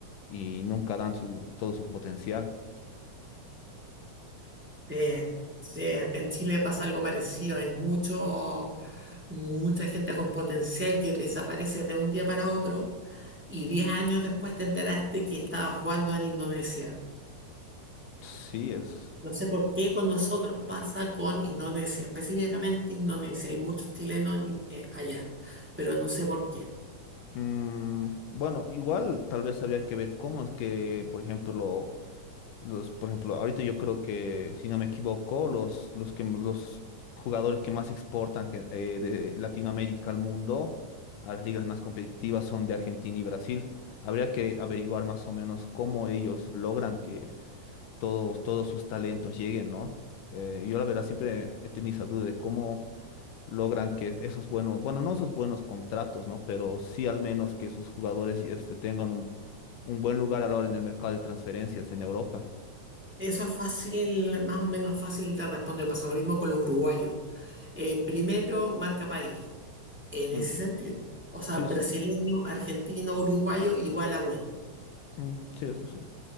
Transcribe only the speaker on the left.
Y nunca dan su, todo su potencial.
Sí, es.
Mm, bueno, igual tal vez habría que ver cómo es que, por ejemplo, Los, por ejemplo, ahorita yo creo que, si no me equivoco, los, los que los jugadores que más exportan gen- eh, de Latinoamérica al mundo, a las ligas más competitivas, son de Argentina y Brasil. Habría que averiguar más o menos cómo ellos logran que todos, todos sus talentos lleguen, ¿no? Eh, yo la verdad siempre he tenido esa duda de cómo logran que esos buenos, bueno, no esos buenos contratos, ¿no? Pero sí al menos que sus jugadores este, tengan un, un buen lugar a la hora en el mercado de transferencias en Europa.
Mm.
Sí,
sí.
Mm, sí, eso sí.